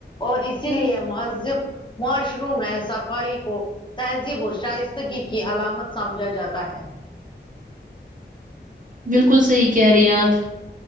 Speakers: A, on the left; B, on the right.
A: اور اسی لیے مہذب معشرو میں صفائی کو تہذیب اور شائستگی کی علامت سمجھا جاتا ہے
B: بالکل صحیح کہہ رہی ہیں آپ